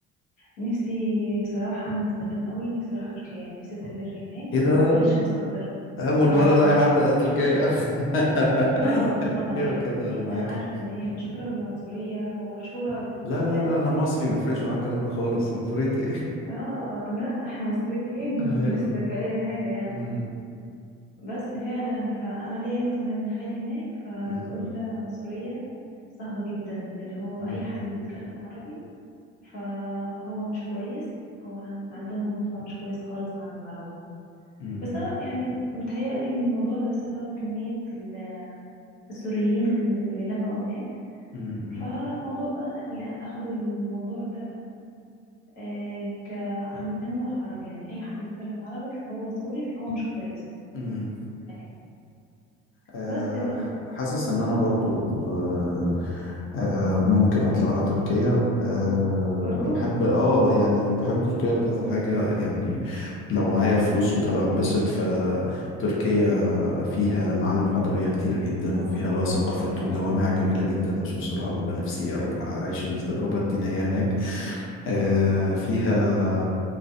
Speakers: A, on the left; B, on the left.
A: نفسي بصراحة من زمان قوي نفسي أروح تركيا يعني نفسي أسافر هناك
B: ايه ده
A: وأعيش وأستقر
B: اول
A: آه آه
B: مره الاقي حد قال تركيا <laughs>
A: آه طبعا
B: ايوه
A: هي,
B: كده انا
A: هي
B: معاكي
A: أنا عارفة إن هي مشهورة بالعنصرية ومشهورة بال
B: لا لا لا انا مصري ما يفرقش معايا الكلام ده خالص عنصريتي
A: آه لا إحنا مصريين
B: <laughs> ايوه
A: <laughs> بنسلك في أي حاجة يعني
B: أمم،
A: بس فعلا فأنا ليا مثلا ابن خالي هناك فبيقول
B: أمم،
A: لي لا العنصرية صعبة جدا اللي هو
B: أمم،
A: أي حد بيتكلم عربي فهو مش كويس هو عن... عندهم انطباع مش كويس خالص عن العرب
B: أمم،
A: بس انا يعني متهيألي ان الموضوع ده بسبب كمية ال- السوريين ال- اللي لجأوا هناك
B: أمم،
A: فالموضوع بقى يعني اخدوا الموضوع ده آه كعمموا على العرب يعني اي حد بيتكلم عربي فهو سوري فهو مش كويس
B: أمم.
A: فاهم
B: آه،
A: بس بقى
B: ح- حاسس ان انا برضو آه، آه، ممكن اطلع على تركيا آه،
A: برضو
B: بحب اه يعني بحب تركيا لكذا حاجة يعني لو معايا فلوس وطالع
A: زي
B: اتبسط
A: ايه
B: فتركيا
A: مثلا
B: فيها معالم حضارية كتيرة جدا
A: اه
B: وفيها
A: جدا
B: بقى ثقافات
A: على فكرة
B: وجوامع جميلة جدا واشوف صورها ببقى نفسي اروح اعيش التجربة الدينية هناك
A: جدا اه
B: آه، فيها